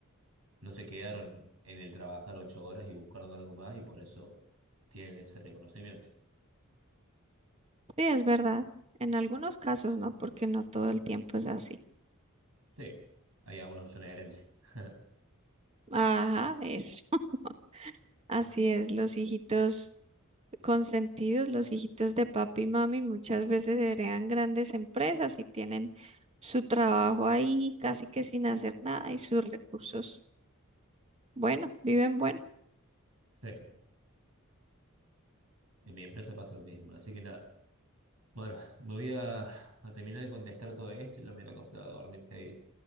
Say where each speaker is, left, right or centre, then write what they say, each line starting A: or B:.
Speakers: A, on the right (about 75°); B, on the right (about 30°).
A: no se quedaron en el trabajar ocho horas y buscaron algo más y por eso tienen ese reconocimiento.
B: Sí, es verdad. En algunos casos, ¿no? Porque no todo el tiempo es así.
A: Sí, hay algunos que son herencia. <laughs>
B: Ajá, eso. <laughs> Así es, los hijitos. Consentidos, los hijitos de papi y mami muchas veces heredan grandes empresas y tienen su trabajo ahí casi que sin hacer nada y sus recursos. Bueno, viven bueno.
A: Sí, en mi empresa pasa lo mismo, así que nada. Bueno, me voy a, a terminar de contestar todo esto y ya me iré costado acostar a dormir, Heidi.